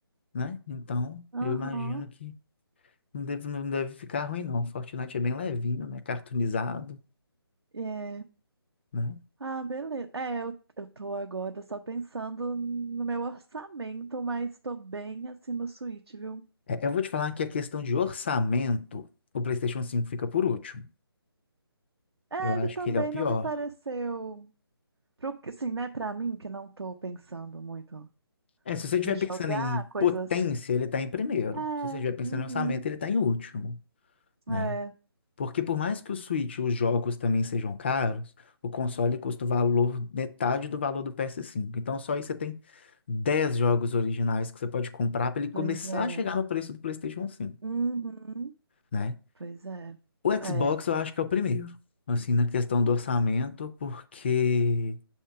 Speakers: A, on the left; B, on the right.
A: né? Então, eu
B: Aham.
A: imagino que não deve, não deve ficar ruim, não. Fortnite é bem levinho, né? Cartoonizado,
B: É.
A: né?
B: Ah, beleza. É, eu, eu tô agora só pensando no meu orçamento, mas tô bem assim no Switch, viu?
A: É, eu vou te falar que a questão de orçamento, o PlayStation 5 fica por último.
B: É,
A: Eu acho
B: ele também
A: que ele é o pior.
B: não me pareceu. Pro, assim, né, pra mim, que não tô pensando muito
A: É, se você estiver
B: em jogar
A: pensando em
B: coisas.
A: potência, ele está em primeiro.
B: É,
A: Se você estiver pensando
B: uhum,
A: em orçamento, ele está em último, né?
B: é,
A: Porque por mais que o Switch e os jogos também sejam caros, o console custa o valor, metade do valor do PS5. Então só aí você tem 10 jogos originais que você pode comprar para ele
B: pois
A: começar
B: é,
A: a chegar no preço do PlayStation 5,
B: uhum,
A: né?
B: pois é,
A: O Xbox
B: é,
A: eu acho que é o primeiro, assim, na questão do orçamento, porque